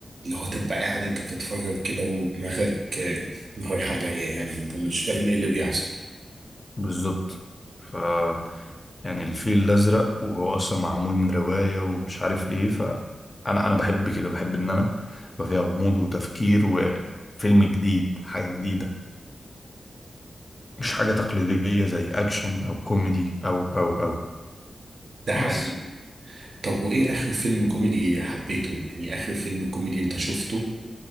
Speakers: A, on the right (about 70°); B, on the left (about 35°).
A: اللي هو تبقى قاعد انت بتتفرج كده ودماغك آه، رايحة جاية يعني انت مش فاهم ايه اللي بيحصل
B: بالظبط ف يعني الفيل الازرق وهو اصلا معمول من روايه ومش عارف ايه ف انا انا بحب كده بحب ان انا يبقى فيها غموض وتفكير وفيلم جديد حاجه جديده مش حاجه تقليديه زي اكشن او كوميدي او او او
A: ده حقيقي
B: بس
A: طب وايه اخر فيلم كوميدي حبيته يعني اخر فيلم كوميدي انت شفته